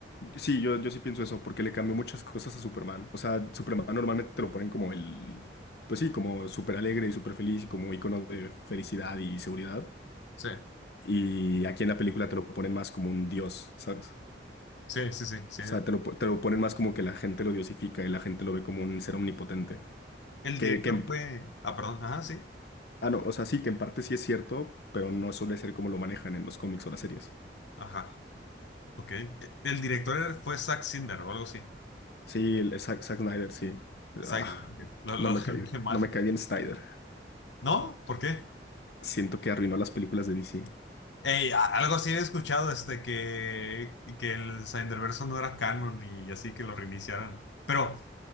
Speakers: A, on the left; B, on the left.
A: Sí, yo, yo sí pienso eso, porque le cambió muchas cosas a Superman. O sea, Superman normalmente te lo ponen como el, pues sí, como súper alegre y súper feliz y como icono de felicidad y seguridad.
B: Sí,
A: Y aquí en la película te lo ponen más como un dios, ¿sabes? O
B: sí, sí, sí, sí.
A: sea, te lo, po- te lo ponen más como que la gente lo diosifica y la gente lo ve como un ser omnipotente.
B: El
A: Que,
B: director
A: que en
B: fue...
A: p-
B: Ah, perdón, ajá, sí.
A: ah, no, o sea, sí, que en parte sí es cierto, pero no suele ser como lo manejan en los cómics o las series.
B: Ajá, ok. El director fue Zack Snyder o algo así.
A: Sí, el- Zack, Zack Snyder, sí.
B: Snyder,
A: Ah,
B: ok. Lo,
A: no
B: lo,
A: me cae
B: <laughs> lo dije
A: bien,
B: mal.
A: no me cae bien Snyder.
B: ¿No? ¿Por qué?
A: Siento que arruinó las películas de DC.
B: Ey, a- algo así he escuchado, este, que, que el Snyderverso no era canon y así que lo reiniciaran. Pero